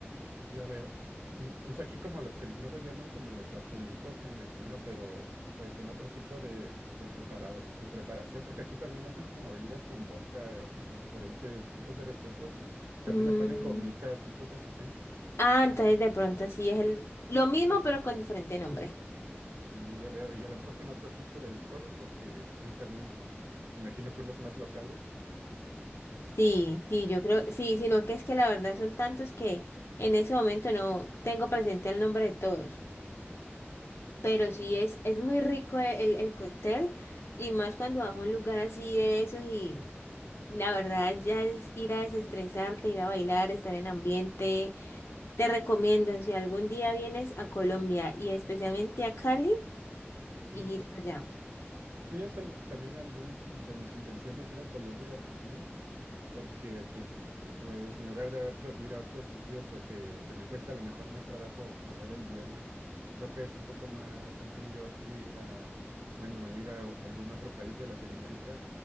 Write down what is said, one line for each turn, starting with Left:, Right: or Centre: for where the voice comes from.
Right: Ya veo. Y eso aquí como los que luego llaman como los azulitos, me imagino, pero, pero con otro tipo de, de preparado, de preparación, porque aquí también hacen como bebidas con vodka y con diferentes tipos de refresco. También
Left: Mm,
Right: le ponen gomitas y cosas así.
Left: Ah, entonces
Right: pero,
Left: de pronto sí es el lo mismo pero con diferente nombre.
Right: mm, ya veo. Y a lo mejor con otro tipo de licores, porque pues, sí, también me imagino que unos más locales.
Left: Sí, sí, yo creo, sí, sino que es que la verdad son tantos que en ese momento no tengo presente el nombre de todos, pero sí es, es muy rico el, el cóctel y más cuando vas a un lugar así de esos y la verdad ya es ir a desestresarte, ir a bailar, estar en ambiente. Te recomiendo si algún día vienes a Colombia y especialmente a Cali,
Right: Sí.
Left: ir allá.
Right: Sí, es al- también algún de mis intenciones ir a Colombia y Argentina. porque pues, pues en lugar de otro, ir a otros sitios o que, que me cuesta a lo mejor más trabajo hablar el idioma, creo que es un poco más sencillo ir a, a, bueno, ir a algún otro país de Latinoamérica,